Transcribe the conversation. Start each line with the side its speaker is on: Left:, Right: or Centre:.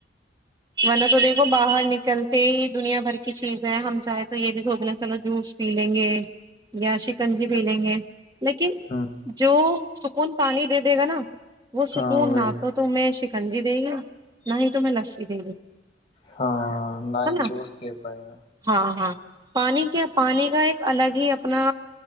Right: نہ تو دیکھو باہر نکل کہ دنیا بھر کی چیز ہے ہم چاہیں تو یہ بھی سوچنا چلو جوس پی لیں گے یا شکنجی بھی لیں گے لیکن
Left: ہوں
Right: جو سکون پانی دے دے گا نا وہ
Left: ہاں
Right: سکون
Left: وہی
Right: نہ تو تو میں کنجی دے گی نہ ہی تو میں لسی دے گی
Left: ہاں نہیں
Right: ہے نا
Left: جوس کہ پائے گا
Right: ہاں ہاں پانی پانی کا ایک الگ ہی اپنا